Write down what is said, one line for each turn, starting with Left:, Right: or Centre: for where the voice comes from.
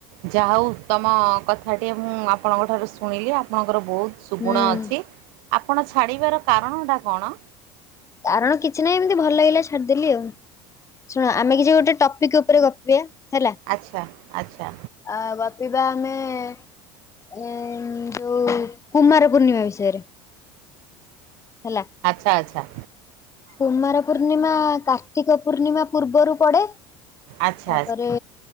Right: ଯାହା ହଉ ତମ କଥାଟିଏ ମୁଁ ଆପଣଙ୍କ ଠାରୁ ଶୁଣିଲି ଆପଣଙ୍କର ବହୁତୁ ସୁବୁଣ
Left: ହୁଁ
Right: ଅଛି। ଆପଣ ଛାଡ଼ିବାର କାରଣଟା କଣ?
Left: କାରଣ କିଛି ନାହିଁ ଏମିତି ଭଲ ଲାଗିଲା ଛାଡିଦେଲି ଆଉ। ଶୁଣ ଆମେ କିଛି ଗୋଟେ ଟପିକି ଉପରେ ଗପିବା ହେଲା।
Right: ଆଚ୍ଛା ଆଚ୍ଛା
Left: ଆ ଗପିବା ଆମେ ଏ ଯୋଉ କୁମାର ପୂର୍ଣ୍ଣିମା ବିଷୟରେ। ହେଲା।
Right: ଆଚ୍ଛା ଆଚ୍ଛା।
Left: କୁମାର ପୂର୍ଣ୍ଣିମା କାତେ କାର୍ତ୍ତିକ ପୂର୍ଣ୍ଣିମା ପୂର୍ବରୁ ପଡେ। ତାପରେ
Right: ଆଚ୍ଛା